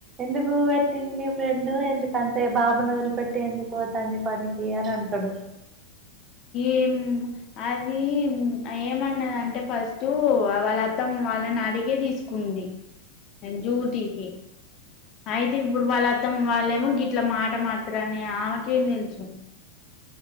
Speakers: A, on the right (about 25°); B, on the left (about 35°).
A: ఎందుకు పెట్టింది మీ ఫ్రెండ్ ఎందుకంతే బాబును వొదిలిపెట్టి ఎందుకు పోతుంది పనికి అని అంటాడు.
B: ఏం అది ఏమన్నదంటే ఫస్ట్ వాళ్ళ అత్తమ్మ వాళ్ళని అడిగే తీసుకుంది అ డూటికి అయితే ఇప్పుడు వాళ్ళ అత్తమ్మ వాళ్ళేమో గిట్ ఇట్లా మాట మారుతరనే ఆమెకేం తెలుసు